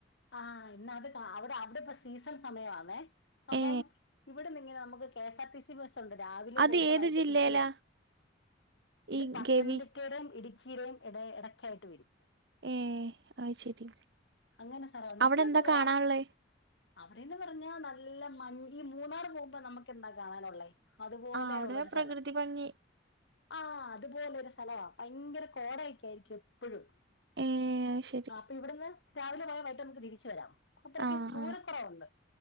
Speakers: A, on the left (about 70°); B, on the right (about 65°).
A: ആഹ് ഇന്ന അത് അവിടെ അവിടെ ഇപ്പം സീസൺ സമയ ആന്നേ അപ്പം
B: ഏ
A: ഇവിടെ ന എസ്ആർ ടി സ ണ്ട് രാവിലെ
B: അത്
A: പോയിട്ട്
B: ഏത്
A: വൈകട്ട്
B: ജില്ലയിലാ
A: തിരിച്ചു വി ഇത്
B: ഈ
A: പത്തനംതിട്ടടെയും
B: ഗവി
A: ഇടുക്കി ീരയും ഇട ഇടയ്ക്കായിട്ട് വരും
B: ഏ ആ ശരി
A: എങ്ങനെ ചെലവ
B: അവിടെ
A: നല്ല
B: എന്താ
A: ചെലവാ
B: കാണാനുള്ളേ
A: അവിടെന്ന് പറഞ്ഞാ നല്ല മഞ് ഈ മൂന്നാർ പോകുമ്പോ നമ്മുക്ക് എന്താ കാണാനള്ളേ അതുപോലെ
B: ആ അവിടെ
A: ഉള്ളൊരു
B: പ്രകൃതി
A: സ്ഥലം
B: ഭംഗി
A: ആ അതുപോലെ ഒരു സ്ഥലവാ ഭയങ്കര കോടയക്കെ ആയിരിക്കും എപ്പോഴും
B: ഏ അയ് ശരി
A: ആ അപ്പൊ ഇവിടുന്ന് രാവിലെ പോയ വായിട്ട് നമുക്ക് തിരിച്ചു വരാം അത്രയ്ക്ക്
B: ആഹ്
A: ദൂരക്കുറവുണ്ട്
B: ആഹ്